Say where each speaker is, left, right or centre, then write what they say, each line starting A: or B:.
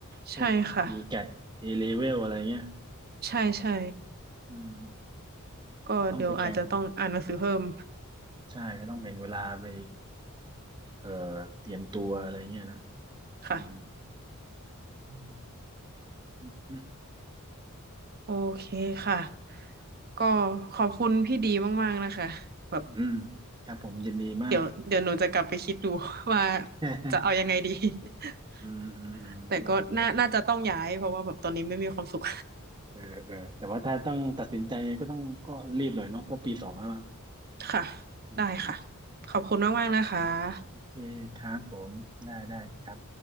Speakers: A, on the right; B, on the right.
A: ใช่ค่ะ
B: พวกทีแกตเอเลเวลอะไรเงี้ย
A: ใช่ใช่
B: อืม
A: ก็เดี๋ยวอาจจะต้องอ่านหนังสือเพิ่ม
B: ก็ต้องไปแข่งใช่ก็ต้องแบ่งเวลาไปเอ่อเตรียมตัวอะไรเงี้ยนะ
A: ค่ะ
B: ืมอืมอืม
A: โอเคค่ะก็ขอบคุณพี่ดีมากๆนะคะแบบ
B: อืมครับผมยินดีมาก
A: เดี๋ยวเดี๋ยวหนูจะกลับไปคิดดู <laughs> ว่า
B: <laughs>
A: จะเอายังไงดี <laughs>
B: อืมอืมอืมโอเค
A: แต่ก็น่าน่าจะต้องย้ายเพราะว่าแบบตอนนี้ไม่มีความสุข
B: เออเออแต่ว่าถ้าต้องตัดสินใจก็ต้องก็รีบหน่อยเนาะเพราะปีสองแล้วอะ
A: ค่ะ
B: อืมอืม
A: ได้ค่ะขอบคุณมากๆนะคะ
B: โอเคครับผมได้ได้ครับ